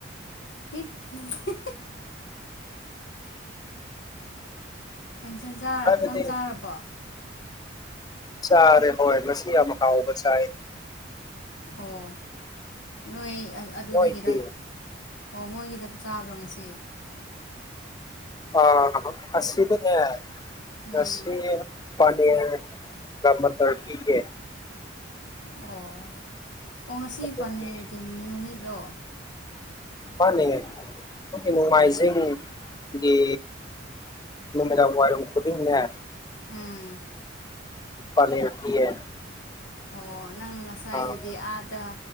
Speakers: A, on the left; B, on the left.
A: <unintelligible> ꯀꯩ ꯏꯟꯁꯥꯡ ꯆꯥꯔꯕꯣ
B: ꯍꯥꯏꯕꯗꯤ
A: ꯅꯪ ꯆꯥꯔꯕꯣ
B: ꯆꯥꯔꯦ ꯍꯣꯏ ꯉꯁꯤ ꯌꯥꯝ ꯍꯥꯎꯕ ꯆꯥꯏ
A: ꯑꯣ ꯅꯣꯏ ꯑꯗꯨꯗꯒꯤꯔ
B: ꯅꯣꯏꯗꯤ
A: ꯑꯣ ꯃꯣꯏꯒꯤꯗ ꯆꯥꯕ꯭ꯔꯣ ꯉꯁꯤ
B: ꯑ ꯑꯁꯤꯗꯅꯦ ꯉꯁꯤ
A: ꯎꯝ
B: ꯄꯅꯤꯔ ꯒ ꯃꯇꯔ ꯄꯤꯌꯦ
A: ꯑꯣ ꯑꯣ ꯉꯁꯤ
B: ꯑꯗꯨꯒꯤ
A: ꯄꯅꯤꯔꯒꯤ ꯅꯨꯃꯤꯠꯂꯣ
B: ꯃꯥꯅꯦ <unintelligible> ꯅꯨꯡꯃꯥꯏꯖꯤꯡꯒꯤ
A: ꯑꯣ
B: ꯅꯨꯃꯤꯗꯥꯡ ꯋꯥꯏꯔꯝ ꯈꯨꯗꯤꯡꯅꯦ
A: ꯎꯝ
B: ꯄꯥꯅꯤꯔ ꯄꯤꯌꯦ
A: ꯑꯣ ꯅꯪ ꯉꯁꯥꯏꯗꯨꯗꯤ
B: ꯑꯥ
A: ꯑꯥꯗ